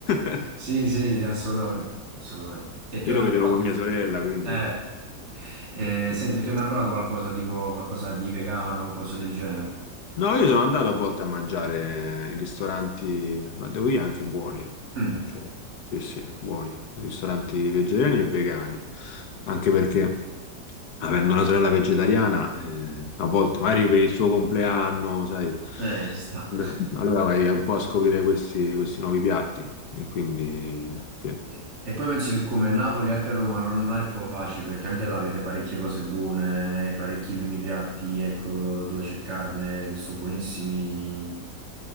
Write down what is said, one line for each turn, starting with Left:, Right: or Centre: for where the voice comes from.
Left: <laughs>
Right: Sì, sì, assolutamente, assolutamente. E tu
Left: Io
Right: hai
Left: lo
Right: mai
Left: vedevo
Right: provato?
Left: con mia sorella, quindi...
Right: Eh, eh,
Left: Eh
Right: senti,
Left: sì.
Right: tu hai mai provato qualcosa tipo qualcosa di vegano, cose del genere?
Left: No, io sono andato a volte a mangiare in ristoranti, ma devo dire anche buoni,
Right: Mm,
Left: cioè, sì, sì, buoni, ristoranti vegetariani e vegani, anche perché avendo una sorella vegetariana, eh, a volte magari per il suo compleanno, sai,
Right: eh, ci sta.
Left: no, allora vai un po' a scoprire questi, questi nuovi piatti, e quindi sì.
Right: E, e poi penso che come Napoli, anche a Roma non, non è proprio facile, perché anche là avete parecchie cose buone, parecchi primi piatti, ecco, dove c'è carne che sono buonissimi. <laughs>